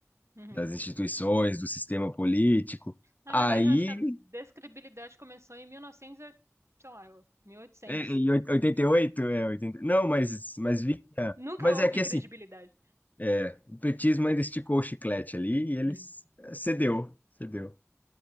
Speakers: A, on the right; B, on the left.
A: Uhum.
B: das instituições, do sistema político.
A: Na
B: Aí,
A: verdade, eu acho que a descredibilidade começou em 1900, e- novecentos, e oit- sei lá, eu- 1800.
B: é, é, em 88, é, 80, não, mas, mas vinha.
A: Nunca
B: Mas
A: houve
B: é que assim,
A: credibilidade.
B: é, o petismo ainda esticou o chiclete ali e eles
A: Hum.
B: é, cedeu, cedeu.